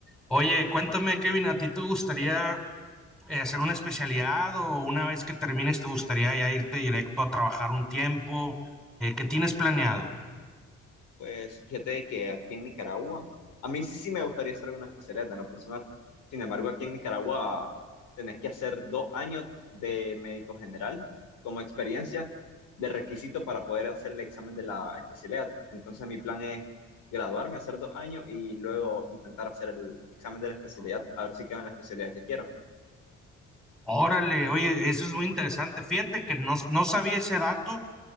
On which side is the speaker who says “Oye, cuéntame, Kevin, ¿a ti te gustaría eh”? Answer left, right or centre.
Centre